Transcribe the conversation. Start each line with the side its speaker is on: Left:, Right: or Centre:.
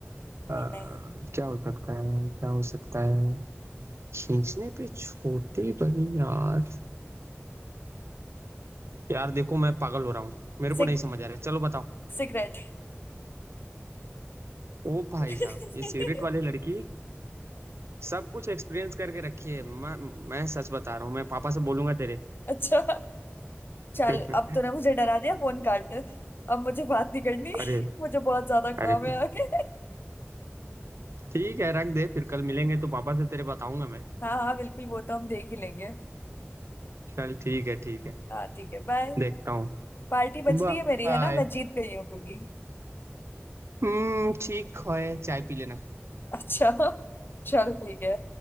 Right: आ,
Left: नहीं नहीं
Right: क्या हो सकता है क्या हो सकता है खींचने पे छोटी बनी यार यार देखो मैं पागल हो रहा हूँ मेरे को
Left: सिग
Right: नहीं समझ आ रहा है चलो बताओ
Left: सिगरेट
Right: ओ भाई
Left: <laughs>
Right: साहब ये सिगरेट वाली लड़की सब कुछ एक्सपीरियंस करके रखी है मैं मैं सच बता रहा हूँ मैं पापा से बोलूंगा तेरे
Left: अच्छा चल
Right: <laughs>
Left: अब तूने मुझे डरा दिया फोन काट दे अब मुझे बात नहीं करनी
Right: अरे
Left: मुझे बहुत ज्यादा काम
Right: अरे
Left: है आगे
Right: ठीक है रख दे फिर कल मिलेंगे तो पापा से तेरे बताऊंगा मैं
Left: हाँ हाँ बिल्कुल वो तो हम देख ही लेंगे
Right: चल ठीक है ठीक है
Left: हाँ ठीक है बाय
Right: देखता हूँ
Left: पार्टी बच
Right: बाय
Left: रही है मेरी है ना मैं जीत गई हूँ क्योंकि
Right: हम्म ठीक है चाय पी लेना
Left: अच्छा <laughs> चल ठीक है